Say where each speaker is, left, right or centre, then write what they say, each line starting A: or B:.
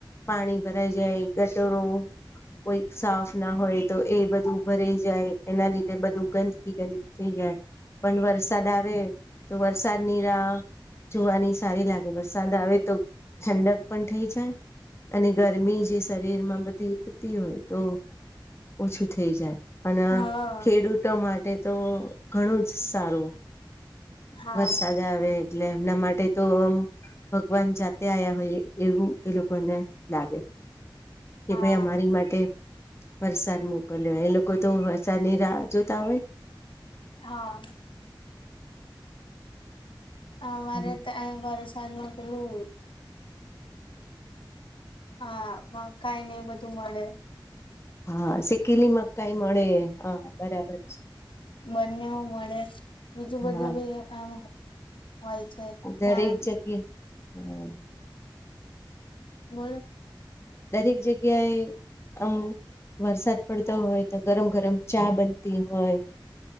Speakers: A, on the left (about 30°); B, on the left (about 85°).
A: પાણી ભરાઈ જાય ગટરો કોઈ સાફ ના હોય તો એ બધું ભરાઈ એના લીધે બધું ગંદકી ગંદકી થઈ જાય પણ વરસાદ આવે તો વરસાદનીરા જોવાની સારી લાગે વરસાદ આવે તો ઠંડક પણ થઈ જાય. અને ગરમી જે શરીર માં બધી વતી હોય તો ઓછું થઈ જાય. અને
B: હા
A: ખેડૂતો માટે તો ઘણું જ સારું.
B: હા
A: વરસાદ આવે એટલે એમના માટે તો આમ ભગવાન જાતે આ્યા હોય એવું એ લોકોને લાગે કે
B: હા
A: ભાઈ અમારી માટે વરસાદ મોકલ્યો એ લોકો તો વરસાદ ની રાહ જોતા હોય.
B: હા. અમારે
A: હમ.
B: તો અહી વરસાદમાં પેલું હા મ કઈને બધું મળે
A: હા સિકલી મકાઈ મળે હા બરાબર છે.
B: એમનેવું મળે બીજું
A: હા.
B: બધું ભી આમ હોય છે
A: દરેક
B: ચાંદ
A: જગ્યા હમ
B: બોલો.
A: દરેક જગ્યાએ આમ વરસાદ પડતો હોય તો ગરમ ગરમ ચા બનતી હોય.